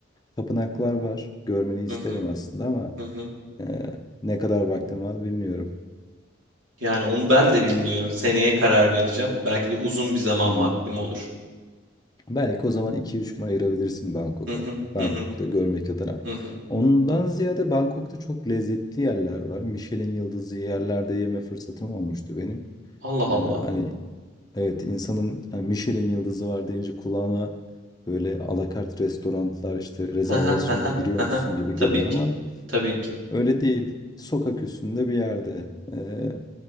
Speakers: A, on the left; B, on the right.
A: tapınaklar var görmeni isterim
B: Hı hı,
A: aslında ama
B: hı hı.
A: e, ne kadar vaktim var bilmiyorum.
B: Yani onu ben de bilmiyorum. Seneye karar vereceğim. Belki de uzun bir zaman
A: Hmm.
B: vaktim olur.
A: Belki o zaman iki üç gün ayırabilirsin Bangkok'a.
B: Hı hı
A: Bangkok'ta
B: hı hı
A: görmek adına.
B: hı hı.
A: Ondan ziyade Bangkok'ta çok lezzetli yerler var. Michelin yıldızı yerlerde yeme fırsatım olmuştu benim.
B: Allah Allah.
A: Ee, hani evet insanın hani Michelin yıldızı var deyince kulağına böyle alakart restoranlar işte rezervasyonla
B: Hı hı hı hı
A: giriyormuşsun
B: hı hı.
A: gibi
B: Tabii
A: geliyor
B: ki.
A: ama
B: Tabii ki.
A: öyle değil. Sokak üstünde bir yerde ee,